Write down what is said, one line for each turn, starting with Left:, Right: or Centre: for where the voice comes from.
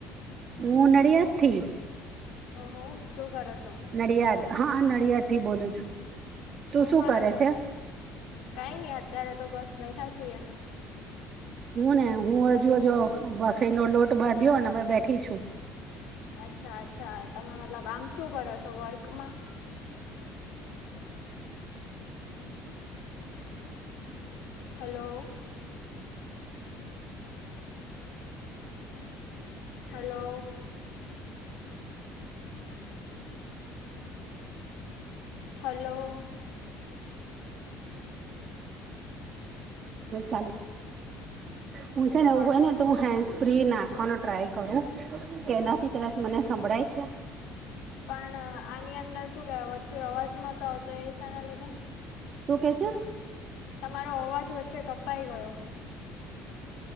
Right: હું નડિયાદથી.
Left: હ હો શું કરો છો.
Right: નડિયાદ હા નડિયાદ થી બોલું છું. તું
Left: શું કરો
Right: કરે
Left: છો
Right: છે
Left: કઈ નઈ અત્યારે તો બસ બેઠા છીએ.
Right: હું ને હું હજુ હજુ ભાખરીનો લોટ બાંધ્યો ને અમે બેઠી છું.
Left: અચ્છા અચ્છા તમે મતલબ આમ શું કરો છો વર્કમાં. હલો. હલો. <inaudible> હલો.
Right: હું ચાલો હું છે ને એવું હોય ને તો હું હેન્ડસ ફ્રી નાખવાનો ટ્રાય કરું.
Left: હમ
Right: કેનાથી કદાચ મને સંભળાય છે.
Left: પણ આની અંદર શું કેહેવાય વચ્ચે અવાજ નહતો આવતો એ સાના લીધે.
Right: શું કે છે.
Left: તમારો અવાજ વચ્ચે કપાઈ ગયો.